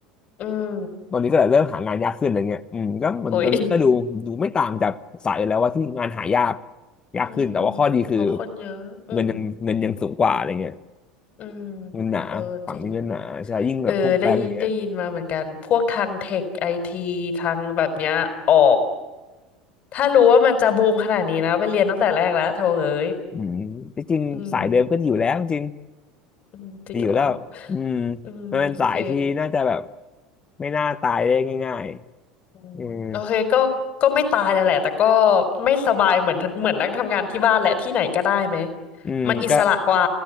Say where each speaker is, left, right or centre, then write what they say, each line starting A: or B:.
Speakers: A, on the left; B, on the left.
A: อืม
B: ตอนนี้ก็เลยเริ่มหางานยากขึ้นอะไรเงี้ยอืมก็เหมือนตอนนี้ก็ดูดูไม่ต่างจากสายอื่นแล้วว่าที่งานหายาก
A: โอ้ย
B: ยากขึ้นแต่ว่าข้อดีคือ
A: อืมเพราะคนเยอะอืม
B: เงินยังเงินยังสูงกว่าอะไรเงี้ย
A: อืม
B: เงินหนาฝั่งนี้เงินหนาใช่ยิ่งแบบพวกแบงก์อย่างเงี้ย
A: เออจริงเออได้ยินได้ยินมาเหมือนกันพวกทางเทคไอทีทางแบบเนี้ยอ๋อถ้ารู้ว่ามันจะบูมขนาดนี้นะไปเรียนตั้งแต่แรกแล้วโถเอ้ย
B: อืมจริงๆสายเดิมก็ดีอยู่แล้วจริง
A: อืมอืมจริงเหรอ
B: ดีอยู่แล้วอืม
A: อืมโอเค
B: มันเป็นสายที่น่าจะแบบไม่น่าตายได้ง่ายๆอือ
A: อืมโอเคก็ก็ไม่ตายแล้วแหละแต่ก็ไม่สบายเหมือนเหมือนนั่งทำงานที่บ้านและที่ไหนก็ได้ไหม
B: อืมก็
A: มันอิสระกว่า